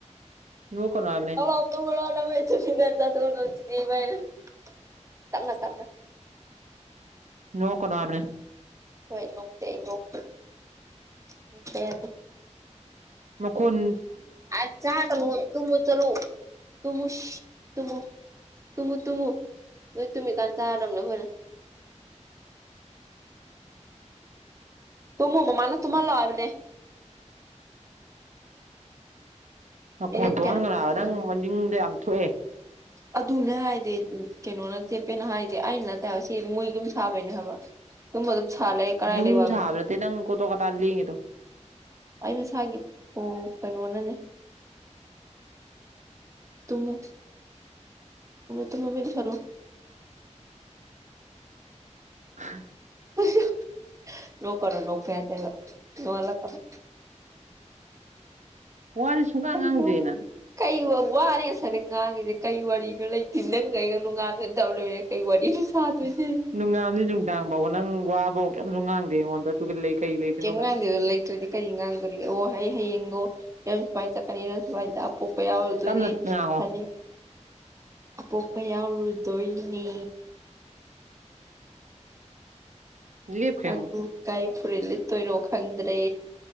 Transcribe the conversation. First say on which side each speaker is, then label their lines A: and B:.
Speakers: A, on the right; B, on the right.
A: ꯅꯣꯛꯀꯅꯣ ꯍꯥꯏꯕꯅꯦ
B: ꯂꯥꯛꯑꯣ ꯂꯥꯛꯑꯣ ꯇꯨꯝꯃꯣ ꯂꯥꯛꯑꯣ ꯅꯕꯥꯅꯤ ꯆꯀꯅꯅ ꯇꯝꯅ ꯇꯝꯅ <unintelligible>
A: ꯅꯣꯛꯀꯅꯣ ꯍꯥꯏꯕꯅꯦ
B: ꯍꯣꯏ ꯅꯣꯛꯇꯦ ꯑꯩ ꯅꯣꯛꯇꯦ ꯅꯣꯛꯄ ꯌꯥꯗꯦ
A: ꯃꯀꯣꯟ
B: ꯑꯥ ꯆꯥꯒꯅꯨ ꯇꯨꯝꯃꯣ ꯆꯠꯂꯨ ꯇꯨꯝꯃꯨ ꯁꯤꯠ ꯇꯨꯝꯃꯨ ꯇꯨꯝꯃꯨ ꯇꯨꯝꯃꯨ ꯅꯣꯏ ꯇꯨꯝꯃꯤꯀꯥꯟ ꯆꯥꯔꯗꯕꯅꯦ ꯑꯩꯈꯣꯏꯅ
A: <inaudible>
B: ꯇꯨꯝꯃꯣ ꯃꯃꯥꯅ ꯇꯨꯝꯍꯜꯂꯣ ꯍꯥꯏꯕꯅꯦ
A: ꯅꯈꯣꯟ
B: ꯃꯤꯅꯤꯠ
A: ꯊꯣꯛꯍꯟꯒꯅꯣ
B: ꯀꯌꯥꯅꯣ
A: ꯍꯥꯏꯕ ꯅꯪ ꯃꯅꯤꯡꯗꯣ ꯌꯥꯝ ꯊꯣꯛꯑꯦ
B: ꯑꯗꯨꯅꯦ ꯍꯥꯏꯗꯤ ꯀꯩꯅꯣꯅ ꯆꯦꯄꯦꯅ ꯍꯥꯏꯖꯦ ꯑꯩꯅ ꯅꯠꯇꯦ ꯍꯥꯏꯕ ꯁꯤ ꯃꯣꯏ ꯌꯨꯝ ꯁꯥꯕꯩꯅꯦ ꯍꯥꯏꯕ ꯇꯨꯝꯃꯣ ꯑꯗꯨꯝ ꯁꯥ ꯂꯩ ꯀꯔꯥꯏ
A: ꯌꯨꯝ
B: ꯂꯩꯕ ꯍꯥꯏꯕꯅꯣ
A: ꯁꯥꯕ ꯅꯠꯇꯦ ꯅꯪ ꯀꯣꯇꯣ ꯀꯇ꯭ꯔꯥ ꯂꯦꯡꯉꯤꯗꯣ
B: ꯑꯩ ꯃꯁꯥꯒꯤ ꯐꯣ ꯀꯩꯅꯣꯅꯅꯦ ꯇꯨꯝꯃꯣ ꯇꯨꯝꯃꯣ ꯃꯤꯠ ꯎꯏꯁꯤꯜꯂꯣ
A: ꯍꯥ
B: ꯑꯍꯥ ꯍꯥ ꯅꯣꯛꯀꯅꯨ ꯅꯣꯛꯄ ꯌꯥꯗꯦ ꯍꯥꯏꯕ ꯅꯣꯛꯍꯜꯂꯀꯅꯨ
A: ꯋꯥꯁꯦ ꯁꯨꯡꯉꯥꯡ
B: <unintelligible>
A: ꯉꯥꯡꯗꯦ ꯅꯪ
B: ꯀꯩ ꯋꯥ ꯋꯥꯔꯦ ꯉꯁꯥꯏꯗꯒꯤ ꯉꯥꯡꯉꯁꯦ ꯀꯩ ꯋꯥꯔꯤꯅꯣ ꯂꯩꯇꯦ ꯅꯪꯒ ꯑꯩꯒ ꯅꯣꯉꯥꯟꯕꯗꯩ ꯅꯨꯃꯤꯠꯇꯥꯐꯥꯎ ꯂꯣꯏꯔꯦ ꯀꯔꯤ ꯋꯥꯔꯤꯅꯣ ꯁꯥꯗꯣꯏꯁꯦ
A: ꯏꯁ ꯅꯨꯡꯉꯥꯟꯕꯗꯗꯤ ꯅꯨꯡꯗꯥꯡ ꯐꯥꯎꯕ ꯅꯪ ꯋꯥꯕꯧ ꯀꯩꯝꯁꯨ ꯉꯥꯡꯗꯦ ꯑꯩꯉꯣꯟꯗ ꯑꯗꯨꯒ ꯂꯩ ꯀꯩ ꯂꯩꯗꯣꯏꯅꯣ
B: ꯀꯩꯌꯝ
A: ꯀꯥꯏꯅ
B: ꯉꯥꯡꯗꯦꯗ ꯂꯩꯇ꯭ꯔꯗꯤ ꯀꯔꯤ ꯉꯥꯡꯗꯣꯔꯤꯒꯦ ꯑꯣ ꯑꯩ ꯍꯌꯦꯡꯗꯣ ꯔꯁ ꯄꯥꯏ ꯀꯅꯤꯔꯁ ꯄꯥꯏꯗ <unintelligible> ꯑꯄꯣꯛꯄ ꯌꯥꯎꯔꯨꯗꯣꯏꯅꯤ
A: ꯇꯞꯅ ꯉꯥꯡꯉꯣ
B: ꯑꯅꯤ ꯑꯄꯣꯛꯄ ꯌꯥꯎꯔꯨ ꯇꯣꯏꯅꯤ
A: ꯂꯦꯞꯈ꯭ꯔꯦ
B: ꯑꯗꯨ
A: ꯑꯃꯨꯛ
B: ꯀꯔꯤ ꯐꯨꯔꯤꯠ ꯂꯤꯠꯇꯣꯏꯅꯣ ꯈꯪꯗ꯭ꯔꯦ